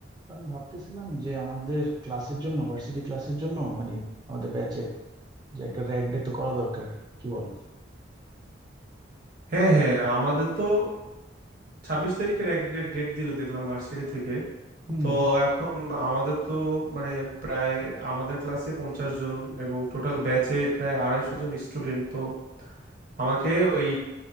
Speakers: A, on the right; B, on the right.
A: তো আমি ভাবতেছিলাম যে আমাদের ক্লাসের জন্য ভার্সিটি ক্লাসের জন্য মানে আমাদের ব্যাচের যে একটা র্যাগ ডে তো করা দরকার কি বলো
B: হ্যাঁ হ্যাঁ আমাদের তো ছাব্বিশ তারিখের এক ডেট ডেট দিল দেখলাম ভার্সিটি থেকে
A: হুম
B: তো এখন আমাদের তো মানে প্রায় আমাদের ক্লাসে পঞ্চাশ জন এবং টোটাল ব্যাচে প্রায় আড়াইশো জন স্টুডেন্ট তো আমাকে ওই